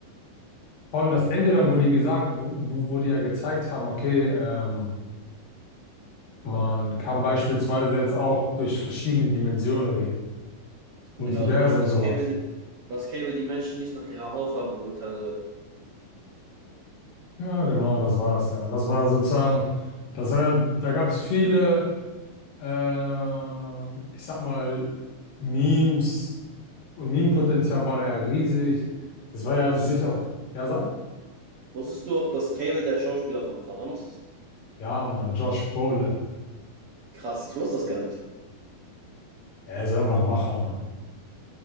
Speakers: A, on the left (about 80°); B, on the right (about 80°).
A: Vor allem das Ende dann, wo die gesagt, wo, wo, wo die ja gezeigt haben, okay, ähm, man kann beispielsweise jetzt auch durch verschiedene Dimensionen gehen. Multiversen
B: Genau, genau. Und
A: und
B: das
A: sowas.
B: Cable, das Cable die Menschen nicht nach ihrer Hautfarbe beurteilen soll.
A: Ja, genau, das war das ja. Und das war sozusagen, das, war- da gab es viele. Ähm, ich sag mal, Memes und Meme-Potenzial war da ja riesig. Das war ja
B: Wusstest,
A: an sich auch, ja, sag,
B: wusstest du auch, dass Cable der Schauspieler von Thanos ist?
A: ja, Mann, Josh Brolin.
B: Krass, ich wusste das gar nicht.
A: Er ist einfach ein Macher, Mann.